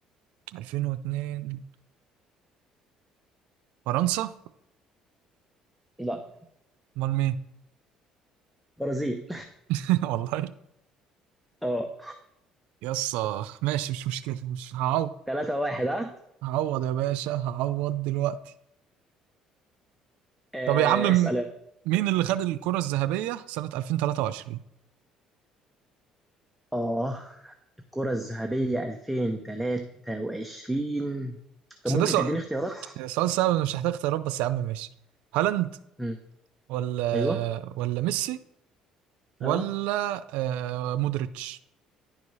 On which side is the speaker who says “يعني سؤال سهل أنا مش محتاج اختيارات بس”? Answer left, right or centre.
Right